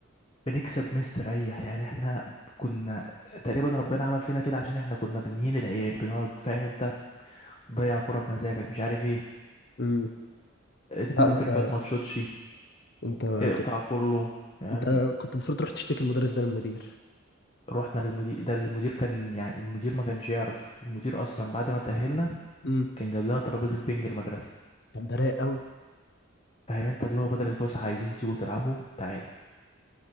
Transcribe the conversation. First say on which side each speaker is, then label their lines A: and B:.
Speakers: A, on the left; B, on the left.
A: بنكسب مستريح يعني احنا كنا تقريبا ربنا عمل فينا كده عشان احنا كنا بنهين العيال بنقعد فاهم انت ضيع كرة بمزاجك مش عارف ايه
B: امم
A: اديله
B: لا انت
A: كيرفات ما تشوتش
B: انت
A: اقطع
B: كنت
A: كله يعني
B: انت كنت المفروض تروح تشتكي المدرس ده للمدير
A: رحنا للمدير ده المدير كان يعني المدير ما كانش يعرف المدير اصلا بعد ما تأهلنا
B: امم
A: كان جاب لنا ترابيزة بنج المدرسة
B: طب ده رايق قوي
A: فاهم انت اللي هو بدل الفسحه عايزين تيجوا تلعبوا تعالوا